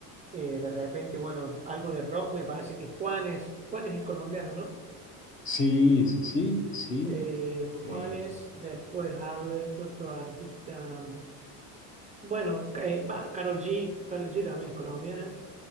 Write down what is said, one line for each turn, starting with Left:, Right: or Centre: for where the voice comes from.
Right: eh, de repente, bueno, algo de rock, me parece que Juanes, Juanes es colombiano, ¿no?
Left: Sí, sí, sí, sí.
Right: Eh, Juanes,
Left: eh,
Right: después, a ver, ¿qué otro artista? Bueno, eh, va, Karol G, Karol G también es colombiana.